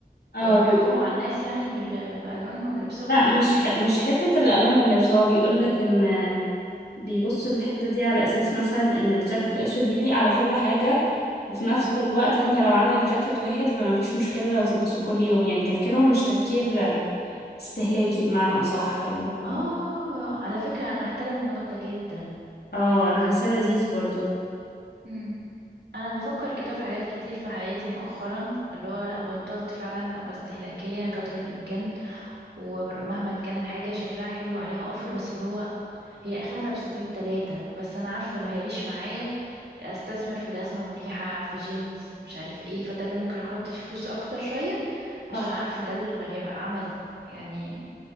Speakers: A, on the left; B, on the right.
A: اه
B: يعني بيحكموا
A: بي-
B: على الناس يعني بال... بألوانهم ولبسهم
A: لا
B: وكده
A: مش ح... مش حته الالوان واللبس هو بيقول لك ان بيبصوا الحتة دي على أساس مثلا إن الجاكيت الأسود بيليق على كل حاجة وفي نفس
B: امم
A: الوقت أنت لو عندك جاكيت واحد فما فيش مشكلة لو تلبسه كل يوم يعني تفكيرهم مش تفكير استهلاكي بمعنى أصح اللي
B: اه
A: هو
B: على فكرة انا احترم الموضوع ده جدا
A: اه أنا حاساه لذيذ برضو
B: امم انا بفكر كده في حاجات كتير في حياتي مؤخرا اللي هو لا بطلت فعلا ابقى استهلاكية قدر الامكان ومهما كان الحاجة شكلها حلو عليها اوفر بس اللي هو هي اخرها لبستين تلاتة بس انا عارفة اللي هيعيش معايا استثمر في جزمة مريحة في جينز مش عارف ايه فده اللي ممكن احط فيه فلوس اكتر شوية عشان
A: صح
B: عارفة ده اللي هيبقى عملي يعني